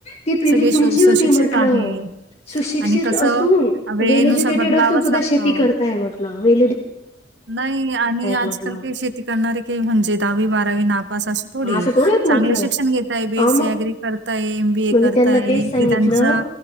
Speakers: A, on the left; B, on the right.
A: ती पिढी
B: सगळे सु
A: तुमची
B: सुशिक्षित
A: होती म्हटलं
B: आहे
A: सुशिक्षित
B: आणि कसं
A: असून
B: वेळेनुसार
A: वेल एज्युकेटेड
B: बदलावंच
A: असून सुद्धा
B: लागतं.
A: शेती करताय म्हटलं वे
B: नाही आणि आजकाल
A: म्हटलं
B: काही शेती करणारे काही म्हणजे दहावी बारावी ना पासश थोडी
A: असं थोडं आहेत
B: चांगलं
A: म्हटलं
B: शिक्षण घेताय बी एस
A: अ मग
B: सी अग्री करताय एम बी ए
A: मग
B: करताय
A: मी त्यांना तेच सांगितलं
B: ते त्यांचं